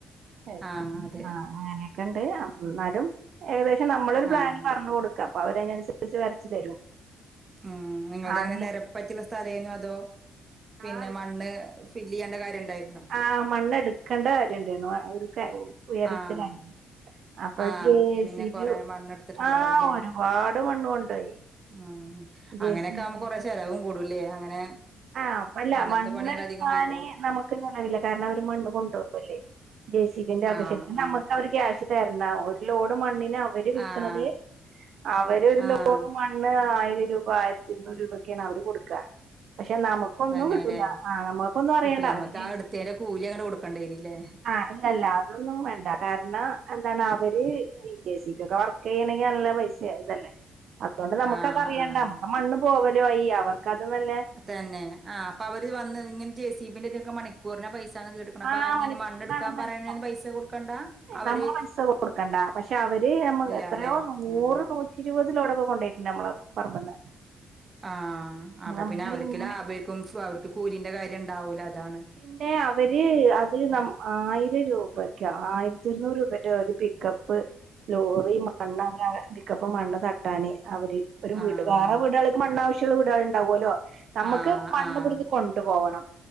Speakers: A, on the right; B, on the right.
A: എ
B: ആഹ് അതെ
A: ആഹ് അങ്ങനൊക്കെണ്ട് ആഹ് ന്നാലും ഏകദേശം നമ്മളൊരു
B: ആഹ്
A: പ്ലാന് പർഞ്ഞു കൊട്- ക്ക അപ്പവരയ്നൻസര്ച്ച് വരച്ച് തരും
B: മ്മ്ഹ് നിങ്ങൾതെങ്ങനെ
A: ആദ്യം
B: നെരപ്പറ്റ്ള്ളെ സ്ഥലേന്നു അതോ പിന്നെ
A: ആ
B: മണ്ണ് ഫില്ലിയ്യണ്ടെ കാര്യണ്ടായിര്ന്നൊ
A: ആഹ് മണ്ണെട് ക്കണ്ടെ കാര്യണ്ടായിര്ന്നു ഒരു ക ഉയരത്തിലായിരുന്നു
B: ആഹ്
A: അപ്പൊ
B: ആഹ്
A: ജെസിബിം
B: അപ്പൊ പിന്നെ കൊറെ മണ്ണെടുത്തിട്ടുണ്ടാവുംല്ലേ
A: ആഹ് ഒരുപാട് മണ്ണ് കൊണ്ടോയി
B: ആഹ്
A: ജെ
B: അങ്ങനെക്കാകുമ്പോ
A: സി ബി
B: കൊറെ ചെലവും കൂടുംലേ അങ്ങനെ
A: ആഹ് അല്ല
B: അങ്ങനത്തെ
A: മണ്ണ്ട്ക്കാന്
B: പണികൾ അധികം വരുമ്പോ
A: നമു ക്കങ്ങനറീല കാരണവര് മണ്ണ് കൊണ്ടോകല്ലേ ജെസിബി ന്റെ <unintelligible>
B: ആഹ്
A: നമുക്കവര്
B: ആഹ്
A: ക്യാഷ് തര്ണ ഒരു ലോഡ് മണ്ണിനവര് വിൽക്ക്ണത്
B: ആഹ്
A: അവരൊരു
B: ആഹ്
A: ലോഡ് മൺ ണ്ണ് ആയിരം രൂപ ആയിരത്തിര്ന്നൂറ് രൂപൊക്കേണ് അവര് കൊടുക്ക പക്ഷെ നമ കൊന്നും
B: തന്നെല്ലേ
A: കിട്ടൂല ആഹ് നമ്മൾക്കൊന്നറിയണ്ട
B: കിട്ടൂല നമ്മക്ക്
A: ശെ
B: ആ എടുത്തേന്റെ കൂലി അങ്ങട് കൊടുക്കേണ്ടി വരൂല്ലേ
A: ആഹ് ഇല്ലല്ല അഒന്നും വേണ്ട കാരണം എന്താണവര് ഇ ജെസിബിയൊക്കെ വർക്കെയ്യണെങ്കി നല്ല പൈസ തല്ലേ അതോണ്ട് നമുക്കതറിയണ്ട
B: ആഹ് ആഹ്
A: നമ്മുക്ക് മണ്ണ് പോവലായി അവർക്ക്ത് നല്ല
B: തന്നെ ആഹ് അപ്പവര് വന്ന് ഇങ്ങനെ ജെസിബിന്റെ ഇതിനൊക്കെ മണിക്കൂറിന പൈസാന്ന് കേട്ട് ട്ടുക്കുണു
A: ആഹ്
B: പ്പ ഇങ്ങനെ
A: മണിക്കൂറിനാണ്
B: മണ്ണ് ഇട്ക്കാൻ
A: പൈസ
B: പറയണീന് പൈസ കൊടുക്കണ്ടാ അവര്
A: നമ്മള് പൈസ കൊടുക്കണ്ട പക്ഷെ അവര് നമ്മ
B: ഇല്ലാല്ലേ
A: എത്രയോ നൂറ്
B: ആഹ്
A: നൂറ്റിരുപത് ലോടൊക്കെ കൊണ്ടോയിട്ടുണ്ട് നമ്മളെ പറമ്പ്ന്ന്
B: ആഹ് അപ്പൊ
A: നമ്മക്ക്
B: പിന്നെ അവർക്ക്
A: ഇങ്ങനെ
B: ലാഭായിര്ക്കും അവർക്ക് കൂലിന്റെ കാര്യണ്ടാവൂല അതാണ്
A: പിന്നെ അവര് അത് ന
B: ആഹ്
A: ആയിരം രൂപക്കാ ആയിര്ത്തിര്ന്നൂറ് രൂപന്റെ ഒരു പിക്കപ്പ് ലോ റി മണ്ണാവര് പിക്കപ്പ് മണ്ണ് തട്ടാന് അവര് ഒരു വീട്
B: ആഹ്
A: വാട ആ വീടാളിക്ക്‌ മണ്ണാവശ്യള്ള വീടാള് ണ്ടാവോല്ലോ നമുക്ക്
B: ആഹ്
A: മണ്ണ്വിട്ന്ന്
B: ആഹ്
A: കൊണ്ടു പോവണം